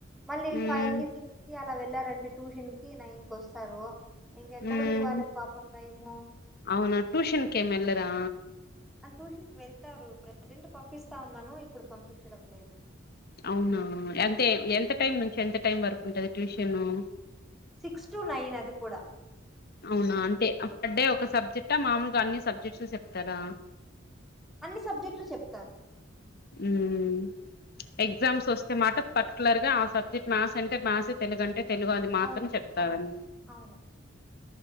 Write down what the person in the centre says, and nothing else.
మళ్ళీ
ఫైవ్కి సిక్స్కి అలా వెళ్లారంటే ట్యూషన్కి నైన్ కొస్తారు. ఇంకెక్కడుంది
వాళ్ళక్ పాపం టైము.
ట్యూషన్కి వెళ్తారు ప్రజెంట్ పంపిస్తా ఉన్నాను ఇప్పుడు పంపించడం లేదు.
సిక్స్ టు నైన్ అది కూడా.
అన్ని సబ్జెక్టులు చెప్తారు.
అవును
అవును అవును